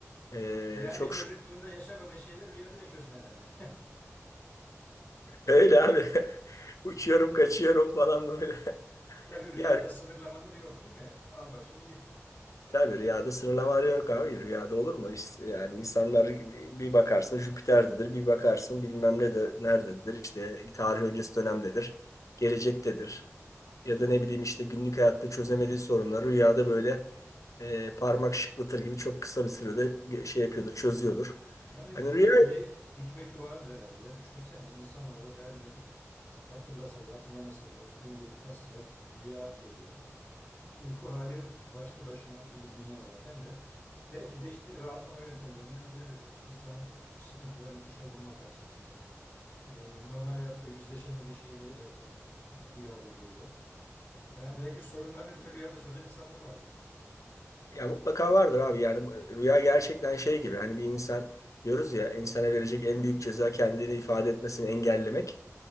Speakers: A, on the left (about 90°); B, on the left (about 40°).
A: Ee,
B: Yani
A: çok
B: çocukluğunda
A: şükür.
B: yaşamadığın şeyleri rüyada yaşıyorsun herhalde.
A: Öyle abi. <laughs> Uçuyorum, kaçıyorum falan böyle.
B: <laughs> Tabii
A: <laughs>
B: rüyada
A: Ya
B: sınırlamalar yok değil mi? Al başını git.
A: tabii rüyada sınırlama yok abi. Rüyada olur mu? İşte, yani insanlar bir bakarsın Jüpiter'dedir, bir bakarsın bilmem ne de nerededir. İşte tarih öncesi dönemdedir, gelecektedir. Ya da ne bileyim işte günlük hayatta çözemediği sorunları rüyada böyle e, parmak şıklatır gibi çok kısa bir sürede şey yapıyordur, çözüyordur.
B: Yani
A: Hani
B: bunun
A: rüya
B: bir hikmeti vardır herhalde ya. Düşünsene insanoğlu her gün hatırlasa da hatırlamasa da günde birkaç saat rüya görüyor. Uyku hali başlı başına ayrı bir dünya zaten de. Belki de işte rahatlama yöntemlerinden biridir bu. İnsanın iç sıkıntılarını dışa vurmak açısından. Ee, normal hayatta yüzleşemediği şeyleri belki rüyada görüyor. Yani belki sorunlarını bile rüyada çözen insanlar vardır.
A: Ya mutlaka vardır abi yani rüya gerçekten şey gibi hani bir insan diyoruz ya insana verecek en büyük ceza kendini ifade etmesini engellemek.